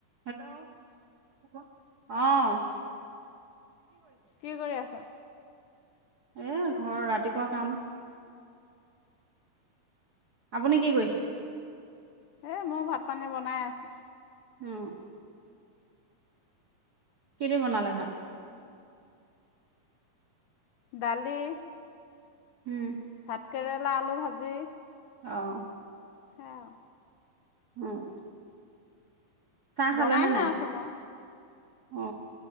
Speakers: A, on the right; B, on the left.
A: Hello <inaudible> অঁ।
B: কি কৰি আছা?
A: এ ঘৰৰ ৰাতিপুৱা কাম আপুনি কি কৰিছে?
B: হ মই ভাত পানী বনাই আছোঁ।
A: অ। কি দি বনালে ভাত?
B: দালি।
A: হম।
B: ভাত কেৰেলা, আলু ভাজি
A: অহ
B: সেয়া আও।
A: উম। চাহ খালে
B: বনাইহে
A: নে নাই?
B: আছোঁ মই
A: অ